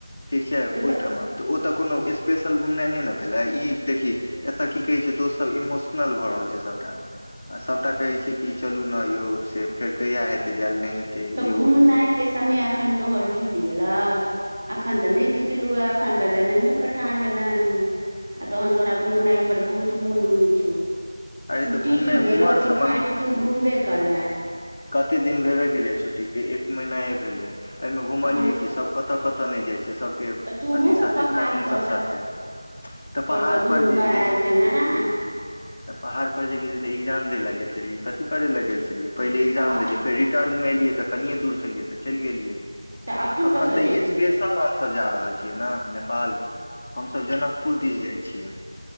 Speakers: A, on the left (about 25°); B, on the right (about 40°).
A: ठीक छै ओहिठमा
B: तऽ
A: तऽ ओतऽ कोनो स्पेशल घुमनाइ नहि ने भेले ई देखी एत की कहै छै दोस्तसभ इमोशनल भऽ रहल छै सभटा आ सभटा कहै छै कि चलू ने यौ से फेर कहिया हेते जाय ल नहि हेतै
B: तऽ
A: ई ओ
B: घूमनाइ के समय अखन तोहर बीत गेलौ अखन त नहि बीतलूऐ अखन तऽ जनमे के ठाढ़ भेले हे तू आ तहन तोरा घुमनै पर बहुत मोन हौ छौ
A: अरे
B: छुट्टी
A: तऽ घुमनै
B: की भेलौ
A: उमरसँ
B: कि खाली
A: मम्मी
B: तू घुमबे करबे
A: कते दिन भेबे केलैय छुट्टी ठीके एक महीना भेलैय या एहिमे घुमलियै
B: अखन
A: की सब कतऽ कतऽ नहि जाइ छै सबके
B: तऽ तूहों
A: अथी
B: तऽ
A: साथे
B: पहाड़
A: फैमिली
B: पर
A: सब
B: से
A: साथे तऽ पहाड़
B: से घुमि
A: पर जे
B: कऽ
A: गेलियै
B: आयल छलें
A: तऽ पहा पहार पर जे गेलियै त एग्जाम दैले गेल छलियै कथी करेलै गेल छलियै पहि एकग्जाम
B: तऽ अ
A: देलियै फेर रिटर्न मे एलि त कनिये दूर छलियै त चली गेलियै
B: तऽ
A: अखन
B: कतऽ
A: त
B: जेबही
A: अस्पेशल हम सभ जा रहल रहल छियै न नेपाल हम सभ जनकपुर दिस जै छियै